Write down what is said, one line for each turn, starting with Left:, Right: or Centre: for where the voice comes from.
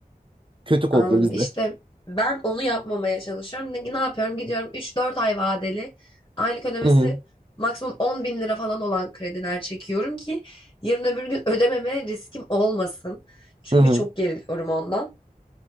Right: kötü kodlu
Left: Anladım.
Right: bizde.
Left: İşte ben onu yapmamaya çalışıyorum. Ne, ne yapıyorum? Gidiyorum Üç dört ay vadeli. Aylık ödemesi
Right: Hı hı.
Left: maksimum 10 bin lira falan olan krediler çekiyorum ki yarın öbür gün ödememe riskim olmasın. Çünkü
Right: Hı hı.
Left: çok geriliyorum ondan.